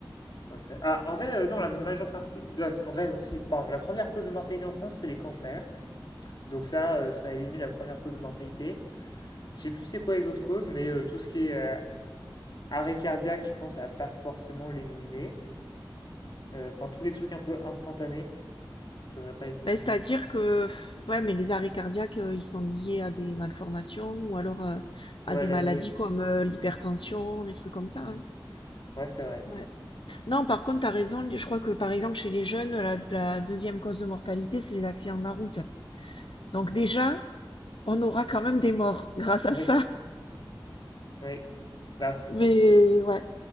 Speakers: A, on the left; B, on the left.
A: non, ça- Ah, en vrai, euh, non, la majeure partie. ah, si, en vrai, non, si. Pardon, la première cause de mortalité en France, c'est les cancers. Donc ça, euh, ça élimine la première cause de mortalité. Je sais plus c'est quoi les autres causes, mais euh, tout ce qui est euh, arrêt cardiaque, je pense, ça va pas forcément l'éliminer. Euh, Enfin, tous les trucs un peu instantanés, ça devrait pas les éliminer.
B: Ben, c'est-à-dire que, pff, ouais, mais les arrêts cardiaques, euh, ils sont liés à des malformations ou alors euh, à
A: Ouais,
B: des
A: la
B: maladies
A: vieillesse.
B: comme euh, l'hypertension, des trucs comme ça.
A: Mm.
B: hein.
A: Ouais, c'est vrai.
B: Ouais. Non, par contre, t'as raison. Je crois que, par exemple, chez les jeunes, la, la deuxième cause de mortalité, c'est les accidents de la route. Donc déjà, on aura quand même des morts grâce
A: Oui.
B: à ça.
A: Oui. Bah, après,
B: Mais
A: ouais.
B: ouais,